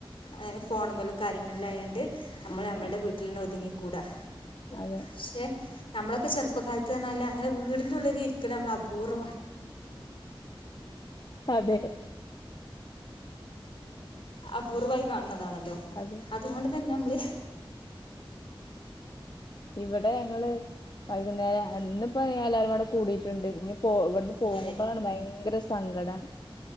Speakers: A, on the left (about 70°); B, on the left (about 50°).
A: ഏഹ് ഫോൺമലും കാര്യങ്ങൾല്ലായാണ്ട് അമ്മൾ
B: അതെ
A: അമ്മൾടെ വീട്ടിൽന്നെ ഒതുങ്ങിക്കൂടാ.
B: അതെ
A: ക്ഷെ നമ്മളൊക്കെ ചെറുപ്പകാലത്ത്നർഞാല് അങ്ങനെ വീടിന്റെറെ ഉള്ള്ല് ഇരിക്കല് അമ്മള് അപൂർവ്വ
B: അതെ
A: അപൂർവ്വായി കാണ്ണതാണല്ലോ
B: അതെ
A: അത്കൊണ്ട്തന്നമ്മള്
B: ഇവിടെ ഞങ്ങള് വൈകുന്നേരം ഇന്നിപ്പ എല്ലാരുംകൂടെ കൂടീട്ടുണ്ട് ഇന്ന് പോ ഇവിടുന്ന് പോകുമ്പളാണ്
A: അതെ
B: ഭയങ്കര സങ്കടാണ്